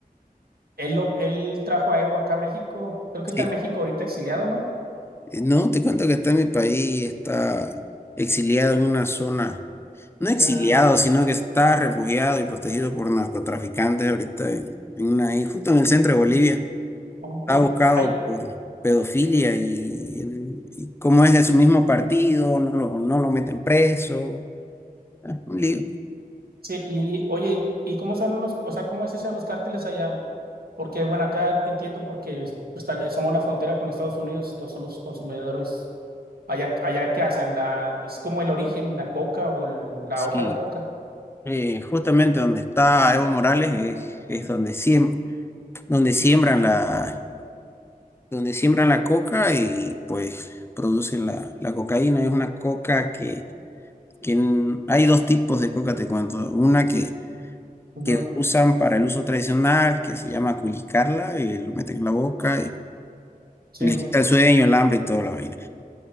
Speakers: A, on the right; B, on the left.
A: Él, lo, él trajo a Evo acá a México. Creo que está
B: sí.
A: en México ahorita exiliado, ¿no?
B: Eh, No, te cuento que está en mi país, está exiliado en una zona, no exiliado,
A: Ya,
B: sino que está refugiado y protegido por narcotraficantes ahorita en, en una, isla, justo en el centro de Bolivia.
A: ok.
B: Está buscado
A: Ay,
B: por pedofilia y, el- y como es de su mismo partido, no lo, no lo meten preso. Ah, Un lío.
A: sí, y oye, ¿y cómo son los, o sea, cómo es eso de los cárteles allá? Porque, bueno, acá entiendo porque pues, tal- somos la frontera con Estados Unidos, todos son los consumidores. Allá, allá ¿qué hacen? La, es como el origen, la coca o el- la
B: Sí,
A: hoja de coca.
B: eh, justamente donde está Evo Morales es, es donde, siem- donde siembran la... donde siembran la coca y pues producen la, la cocaína. Es una coca que, que n- hay dos tipos de coca, te cuento. Una que,
A: Ujú,
B: que usan para el uso tradicional, que se llama culicarla, y lo meten en la boca y,
A: Sí,
B: y les quita el sueño, el hambre y toda la vaina.